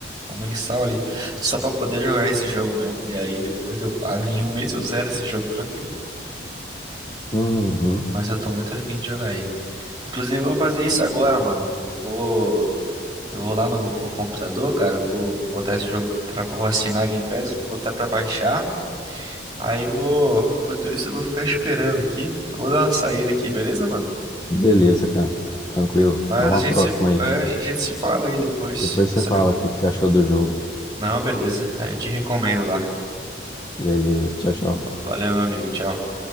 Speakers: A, on the right; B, on the left.
A: O mensal ali, só pra poder jogar esse jogo mesmo. E aí depois eu paro. Em um mês eu zero esse jogo tranquilo.
B: Uhum.
A: Mas eu tô muito afim de jogar ele. Inclusive, eu vou fazer isso agora, mano. Eu vou. Eu vou lá no pro computador, cara. Eu vou botar esse jogo pra. Vou assinar a Game Pass, vou botar pra baixar. Aí eu vou. Enquanto isso, eu vou ficar esperando aqui. Eu vou dar uma saída aqui, beleza, mano?
B: Beleza, cara. Tranquilo.
A: Mas
B: Até uma
A: a gente
B: próxima
A: se,
B: aí.
A: é, a gente se fala aí depois,
B: Depois
A: tá
B: você
A: certo?
B: fala o que que você achou do jogo.
A: Não, beleza. Aí eu te recomendo lá.
B: Beleza, tchau, tchau.
A: Valeu, meu amigo. Tchau.